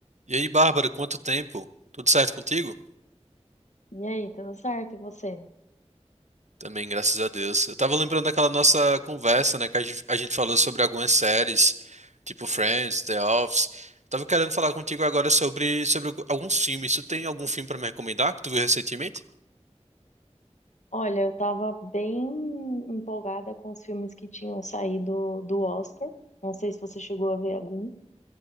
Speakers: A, on the right (about 75°); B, on the left (about 80°).
A: E aí, Bárbara, quanto tempo? Tudo certo contigo?
B: E aí, tudo certo? E você?
A: Também, graças a Deus. Eu tava lembrando daquela nossa conversa, né, que a gente, a gente falou sobre algumas séries, tipo Friends, The Office. Tava querendo falar contigo agora sobre, sobre algu- alguns filmes. Tu tem algum filme pra me recomendar que tu viu recentemente?
B: Olha, eu tava bem empolgada com os filmes que tinham saído do Oscar. Não sei se você chegou a ver algum,